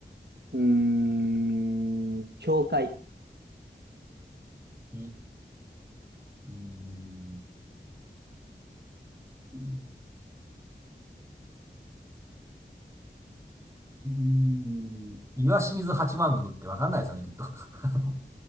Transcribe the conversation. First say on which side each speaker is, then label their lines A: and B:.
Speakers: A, on the right; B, on the right.
A: うーん、教会。
B: い、い、いうーん岩清水八幡宮ってわかんないですよね、きっと。<laughs> あの